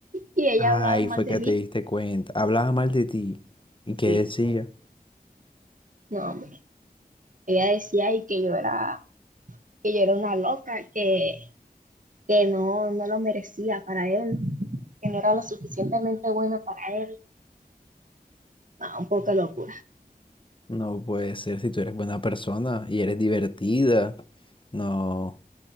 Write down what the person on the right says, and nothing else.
Y ella
ha hablado mal
de
mí.
Sí,
no, Ella decía y que yo era, que yo era una loca, que, que no, no lo merecía para él, que no era lo suficientemente buena para él. No, un poco de locura.